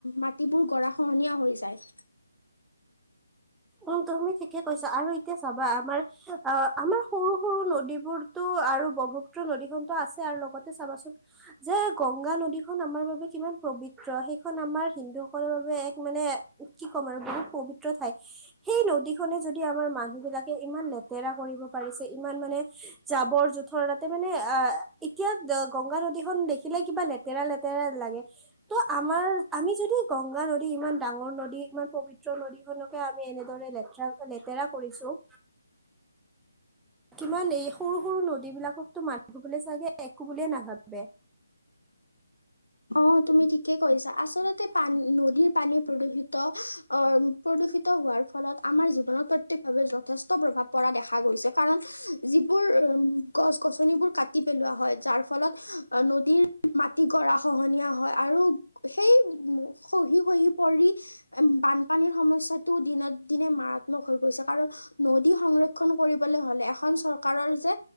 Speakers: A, on the left; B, in the centre.
A: মাটিবোৰ গৰা খহনীয়া হৈ যায়।
B: উম তুমি ঠিকে কৈছা আৰু এতিয়া চাবা আমাৰ অ আমাৰ সৰু সৰু নদীবোৰতো আৰু ব্ৰক্ষপুত্ৰ নদী খনতো আছে আৰু লগতে চাবাচোন যে গংগা নদীখন আমাৰ বাবে কিমান পবিত্ৰ সেইখন আমাৰ হিন্দু সকলৰ বাবে এক মানে কি ক'ম আৰু বহুত পবিত্ৰ ঠাই। সেই নদীখনে যদি আমাৰ মানুহ বিলাকে ইমান লেতেৰা কৰিব পাৰিছে ইমান মানে জাবৰ জোথৰ তাতে মানে অ এতিয়া গংগা নদীখন দেখিলে কিবা লেতেৰা লেতেৰা লাগে। ত আমাৰ আমি যদি গংগা নদী ইমান ডাঙৰ নদী ইমান পবিত্ৰ নদীখনকে আমি এনেদৰে লেতেৰা লেতেৰা কৰিছো। কিমান এই সৰু সৰু নদীবিলাকতো মানুহবোৰে চাগে একো বুলিয়ে নাভাবে
A: অ তুমি ঠিকে কৈছা আচলতে পানী নদীৰ পানী প্ৰদূষিত ত প্ৰদূষিত হোৱাৰ ফলত আমাৰ জীৱনত প্ৰত্যেকভাৱে যথেষ্ট প্ৰভাৱ পৰা দেখা গৈছে কাৰণ যিবোৰ উ গছ গছনিবোৰ কাটি পেলোৱা হয় যাৰ ফলত নদীৰ মাটি গৰা খহনীয়া হয় আৰু সেই খহি খহি পৰি বানপানীৰ সমস্যাটো দিনক দিনে মাৰাত্মক হৈ গৈছে কাৰণ নদী সংৰক্ষন কৰিবলে হলে এখন চৰকাৰৰ যে